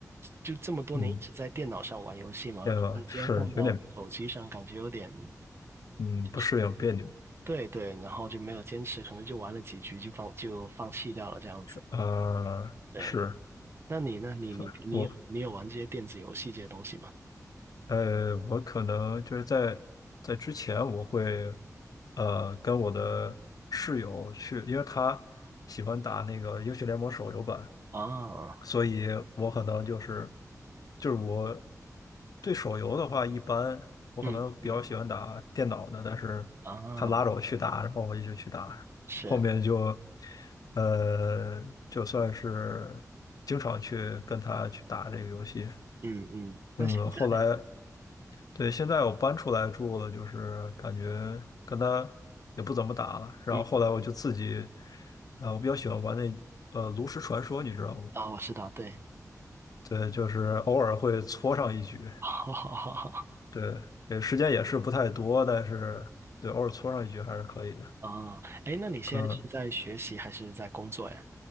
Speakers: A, on the right; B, on the left.
A: 就这么多年一直在电脑上玩游戏嘛，
B: 嗯，个是有点
A: 突然间放到手机上，感觉有点
B: 嗯不适应别扭。
A: 就是对对，然后就没有坚持，可能就玩了几局就放就放弃掉了这样子。
B: 呃，
A: 对，
B: 是，
A: 那你呢？你你你有你有玩这些电子游戏这些东西吗？
B: 反我呃，我可能就是在在之前，我会呃跟我的室友去，因为他喜欢打那个英雄联盟手游版，
A: 啊，
B: 所以我可能就是就是我对手游的话，一般我可能比较喜欢打电脑的，
A: 嗯嗯
B: 但是他拉着我去打，
A: 啊，
B: 然后我也就去打，
A: 是，
B: 后面就呃就算是经常去跟他去打这个游戏，
A: 嗯嗯，那现在呢？
B: 嗯，后来对现在我搬出来住了，就是感觉跟他也不怎么打了，然后后来我就自己
A: 嗯
B: 呃我比较喜欢玩那呃炉石传说，你知道吗？
A: 啊，我知道，对，<laughs>
B: 对，就是偶尔会搓上一局，
A: 好好好好。
B: 对，也时间也是不太多，但是对，偶尔搓上一局还是可以的。
A: 啊，哎，那你现在是在学习还是在工作呀？
B: 嗯，